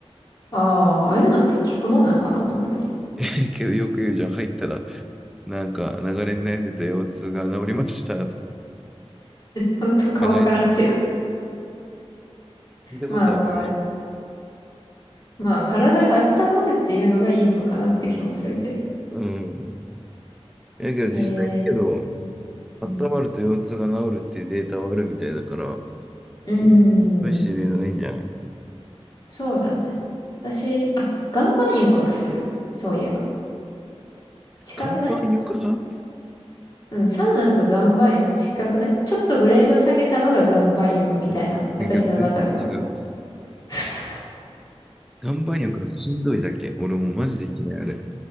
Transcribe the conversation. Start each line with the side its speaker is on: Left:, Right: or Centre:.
Left: ああ、ああいうのって効くもんなんかな本当に。
Centre: <laughs> けどよく言うじゃん、入ったらなんか流れに悩んでた腰痛が治りましたとか聞
Left: 本当かわからんけど。
Centre: かないな。聞いたことあるよ。
Left: まあまあ、まあ体が温まるっていうのがいいのかなって気もするけど。
Centre: うん。だけど実際にけど、
Left: えー、うん。
Centre: 温まると腰痛が治るっていうデータはあるみたいだから、
Left: うー
Centre: 試してみるのがいいんじゃない
Left: んそうだね。私、あ、岩盤浴はする。そういえば。近くない
Centre: 岩盤浴派っ
Left: うん、サウナと岩盤浴近くないちょっとグレード下げたのが岩盤浴みたいな、
Centre: て言うけど全然違う。
Left: 私の中では。<laughs>
Centre: 岩盤浴はしんどいだけ。俺もうマジで嫌いあれ。